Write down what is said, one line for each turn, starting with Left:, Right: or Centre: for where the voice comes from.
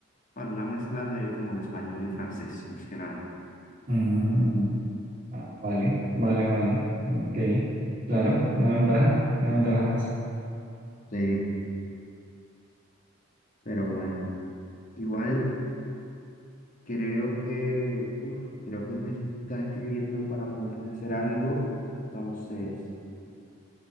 Left: para una mezcla de como de español y francés, más que nada.
Right: Mm. Ah, vale, vale, vale. Ok, claro, una ventaja, una ventaja más.
Left: Sí, pero bueno. Igual Creo que, uf, creo que me están escribiendo para moverme a hacer algo. Entonces,